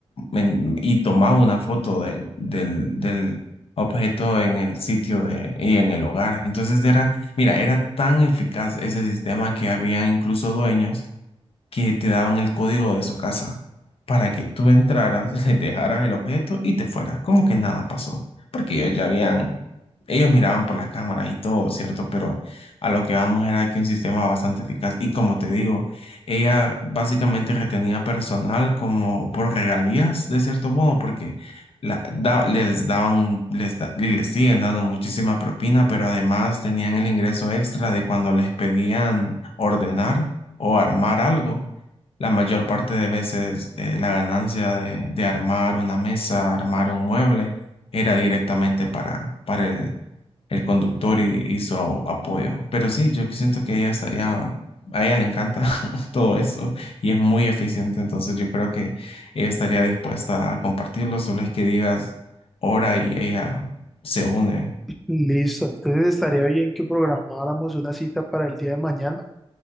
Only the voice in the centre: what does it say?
Listo, entonces estaría bien que programáramos una cita para el día de mañana,